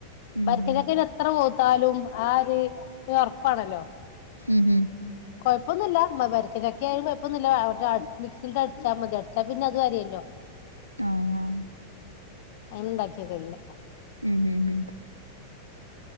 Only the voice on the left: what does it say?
വരിക്ക
ചക്കെ ടെ അത്ര വേവ് വർത്താലും ആര് <unintelligible> പ്പാണല്ലോ
കൊയ്പ്പ പ്പൊന്നൂല്ല മ വരിക്ക ചക്കയാലും കൊയപ്പൊന്നൂല്ല അ അട് മിക്സിലിട്ട് അടിച്ചാ മതി അടിച്ചാ പിന്നെ അത് അരയല്ലോ
എന്താക്കിക്കേല്ല